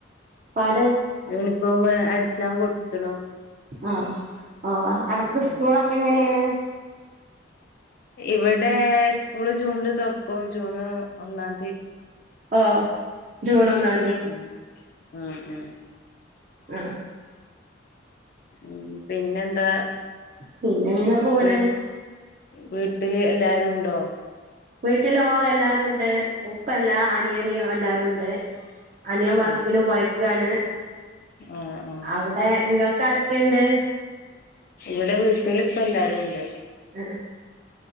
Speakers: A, on the right; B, on the left.
A: പാട്
B: യൂണിഫോമ് അട്ചാം കൊട്ത്ത്ണു
A: ആഹ് ഓഹ് അൻക്ക്
B: ഉം
A: സ്കൂളക്കെ എങ്ങനെണ്
B: ഇവിടെ സ്കൂള് ജൂൺല് തൊറ്ക്കും ജൂണ് ഒന്നാന്തി
A: ആഹ് ജൂണ് ഒന്നാ
B: ഉം ഉം ഉം
A: ആഹ്
B: ഉം പിന്നെന്താ
A: പിന്നെ എങ്ങനെ പോണ്
B: വീ വീട്ട്ല് എല്ലാരുണ്ടോ
A: വീട്ടിലോ എല്ലാരുണ്ട് ഉപ്പല്ല അനിയന് എല്ലാരുണ്ട് അനിയൻ
B: ഉം
A: വർക്കിന് പോയേക്കാണ്
B: ആഹ് ആഹ്
A: അവിടെ ഇങ്കൾക്കാരൊക്കെണ്ട്
B: ഇവിടെ വീട്ടില് പ്പല്ലാരുണ്ട്
A: ഏഹ്